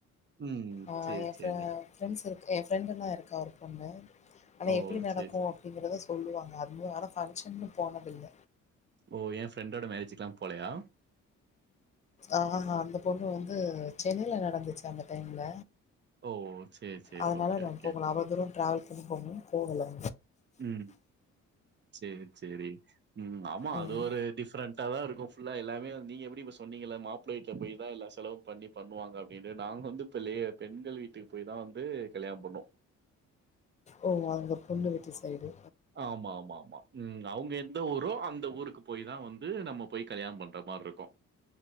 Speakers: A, on the right; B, on the left.
A: ம்
B: அ
A: சேரி
B: <inaudible> ஏ
A: சேரி
B: ஃப ஃப்ரெண்ட்ஸ் இருக்கு என் ஃப்ரெண்டுந்தா இருக்கா ஒரு பொண்ணு ஆனா
A: ஓ
B: எப்புடி நடக்கூ
A: சேரி
B: அப்டிங்கிறத சொல்லுவாங்க அதுவும் ஆனா ஃபங்க்ஷன்னு போனதில்ல
A: ஓ ஏ ஃப்ரெண்டோட மேரேஜ்க்கெல்லாம் போலயா
B: ஆஹா அந்த பொண்ணு வந்து சென்னைல நடந்துச்சு அந்த டைம்ல
A: ஓ! சரி, சரி.
B: அதனால
A: ஓகே,
B: நா
A: ஓகே.
B: போகல அவ்ள தூரம் டிராவல் பண்ணி போகன்னு போகல
A: உம் சேரி சேரி உம் ஆமா
B: ம்
A: அது ஒரு டிஃபரென்ட் டா தா இருக்கு ஃபுல்லா எல்லாமே நீங்க எப்டி இப்போ சொன்னீங்கல மாப்ள வீட்ல போயி தா எல்லா செலவும் பண்ணி பண்ணுவாங்க அப்டின்டு நாங்க வந்து லயே பெண்கள் வீட்டுக்கு போய் தா வந்து கல்யாணம் பண்வோ
B: ஓ அங்க பொண்ணு வீட்டு சைடு
A: ஆமா ஆமா ஆமா உம் அவுங்க எந்த ஊரோ அந்த ஊருக்கு போய் தா வந்து நம்ம போய் கல்யாணம் பண்ற மாரி இருக்கூ